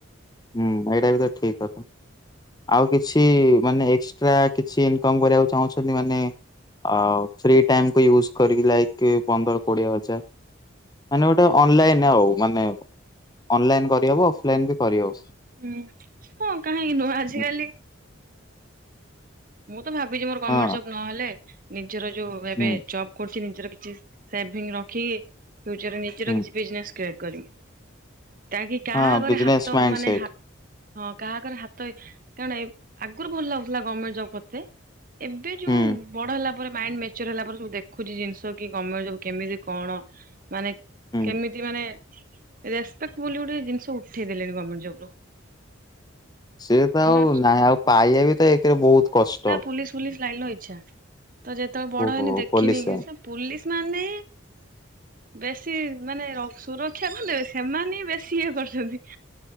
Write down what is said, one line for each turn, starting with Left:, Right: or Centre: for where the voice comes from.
Left: ହୁଁ ଏଇଟା ବି ତ ଠିକ କଥା ଆଉ କିଛି ମାନେ ଏକ୍ସଟ୍ରା କିଛି ଏମ୍ କମ୍ କରିବାକୁ ଚାହୁଁଛନ୍ତି ମାନେ ଆଉ ଫ୍ରି ଟାଇମକୁୁ ୟୁଜ କରିକି ଲାଇକ ପନ୍ଦର କୋଡିଏ ହଜାର ମାନେ ଗୋଟେ ଅନଲାଇନ ଆଉ ମାନେ ଅନଲାଇନ କରିହବ ଅଫଲାଇନ ବି କରିହବ।
Right: ହୁଁ ହଁ କାହିଁକି ନୁହେଁ ଆଜିକାଲି
Left: ହୁଁ
Right: ମୁଁ ତ ଭାବିଚି ମୋର ଗଭର୍ଣମେଣ୍ଟ
Left: ହଁ
Right: ଜବ୍ ନହେଲେ ନିଜର ଯୋଉ ଏବେ
Left: ହୁଁ
Right: ଜବ କରୁଚି ନିଜର କିଛି ସେଭିଙ୍ଗ ରଖିକି ଫ୍ୟୁଚରରେ ନିଜର
Left: ହୁଁ
Right: କିଛି ବିଜନେସ୍ କ୍ରିଏଟ୍ କରିମି କାହିଁକି କାହା
Left: ହଁ
Right: ଆଗରେ
Left: ବିଜନେସ
Right: ହାତ
Left: ମାଇଣ୍ଡ
Right: ମାନେ
Left: ସେଟ୍
Right: ହା ହଁ କାହାକରେ ହାତ କାରଣ ଏ ଆଗରୁ ଭଲ ଲାଗୁଥିଲା ଗମେଣ୍ଟ ଜବ କେତେ। ଏବେ ଯୋଉ
Left: ହୁଁ
Right: ବଡ ହେଲା ପରେ ମାଇଣ୍ଡ ମେ ମାଚୁର୍ ହେଲା ପରେ ସବୁ ଦେଖୁଛି ଜିନିଷ କି ଗମେଣ୍ଟ ସବୁ କେମିତି କଣ ମାନେ
Left: ହୁଁ।
Right: କେମିତି ମାନେ ରେସପେକ୍ଟ ବୋଲି ଗୋଟେ ଜିନିଷ ଉଠେଇ ଦେଲେଣି ଗମେଣ୍ଟ ଜବ୍ ରୁ।
Left: ସେଏତ
Right: ମୋର
Left: ଆଉ ନାହିଁ ଆଉ ପାଇବା ବି ତ ଏକଥିରେ ବହୁତ କଷ୍ଟ।
Right: ପୁଲିସ୍‌ ଫୁଲିସ୍‌ ଲାଇନ ଇଚ୍ଛା ତ ଯେତେବେଳେ ବଡ
Left: ଓହୋ
Right: ହେଇନି ଦେଖିନି
Left: ପୋଲିସ
Right: କି
Left: ଲାଇନ
Right: ସେ ପୋଲିସ୍‌ ମାନେ ବେଶୀ ମାନେ ସୁରକ୍ଷା ଦେବେ ସେମାନେ ବେଶୀ ଇଏ କରୁଛନ୍ତି।